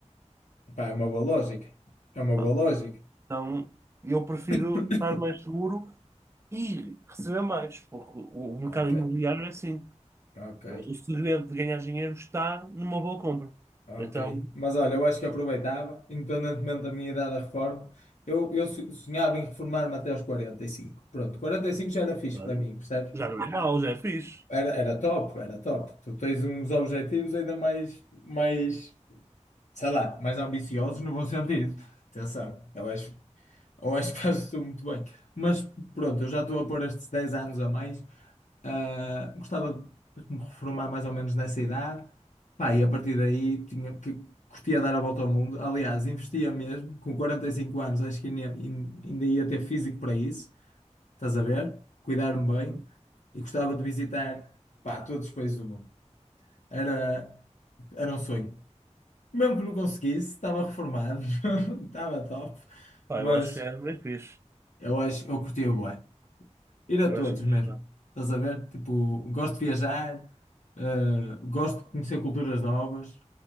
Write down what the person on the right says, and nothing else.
Pá,
Então, eu prefiro
estar mais seguro e receber mais, porque o o mercado
imobiliário é assim.
não é? O segredo de ganhar dinheiro está numa boa compra.
Então,
claro,
já não é mau, já é fixe.
Uhum.
Pá,
eu acho que já é bem fixe.
Eu
acho que
isto está.